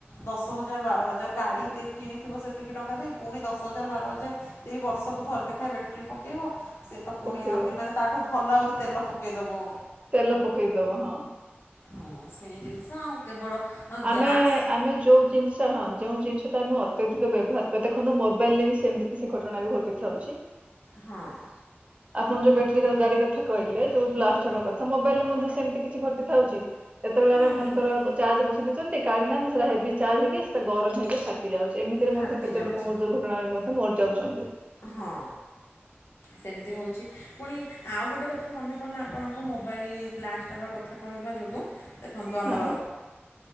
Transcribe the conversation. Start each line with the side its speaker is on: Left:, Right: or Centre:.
Left: ଦଶ ହଜାର ବାର ହଜାର ଗାଡ଼ି କିଣିଥିବ ସେତିକି ଟଙ୍କା ଦେଇ, ପୁଣି ଦଶ ହଜାର ବାର ହଜାର ଦେଇ ବର୍ଷକୁ ଥରେ ଲେଖାଏଁ ବେଟ୍ରୀ ପକେଇବ ତ ପୁଣି
Right: ପକେଇବ
Left: ଆହୁରି ମାନେ ତାଠୁ ଭଲ ଯଦି ତେଲ ପକେଇ ଦବ
Right: ତେଲ ପକେଇଦବ, ହଁ।
Left: ହଁ ସେଇ ଜିନିଷ, ଆଉ କେବଳ ହଁ
Right: ଆମେ
Left: ଗ୍ୟାସ୍
Right: ଆମେ ଯୋଉ ଜିନିଷ ହଁ ଯୋଉ ଜିନିଷଟା ଆମେ ଅତ୍ୟଧିକ ବ୍ୟବହାର କରିବା ଦେଖନ୍ତୁ ମୋବାଇଲରେ ବି ସେମିତି କିଛି ଘଟଣା ବି ଘଟିଥାଉଛି। ହଁ
Left: ହଁ
Right: <inaudible> ଆପଣ ଯୋଉ ବ୍ୟାଟେରୀ ଗାଡି କଥା କହିଲେ ଯୋଉ ବ୍ଲାଷ୍ଟ ହବା କଥା ମୋବାଇଲ ରେ ମଧ୍ୟ ସେମିତି କିଛି ଘଟିଥାଉଛି। ଏତେବେଳେ
Left: ହଁ
Right: ଆମେ ମନେକର
Left: ନିହାତି।
Right: ଚାର୍ଜ ବସେ ଦେଇଛନ୍ତି କାଢି ନାହାନ୍ତି ସେଟା ହେବି ଚାର୍ଜଇକି ସେଟା ଗରମ ହେଇକି ଫ ଟି ଯାଉଛି ଏମିତିରେ
Left: ଫାଟି
Right: ମଧ୍ୟ କେତେ
Left: ଯାଉଛି
Right: ଲୋକଙ୍କ ଦୁର୍ଘଟଣାରେ ମଧ୍ୟ ମରିଯାଉଛନ୍ତି।
Left: ହଁ। ସେମିତି ହେଉଛି ପୁଣି ଆଉ ଗୋଟେ କଥା ମନେ ପଡ଼ିଲା ଆପଣଙ୍କ ମୋବାଇଲ୍ ବ୍ଲାଷ୍ଟ ହେବା କଥା ଶୁଣିବା ଯୋଗୁ ଦେଖନ୍ତୁ ଆମର
Right: ହଁ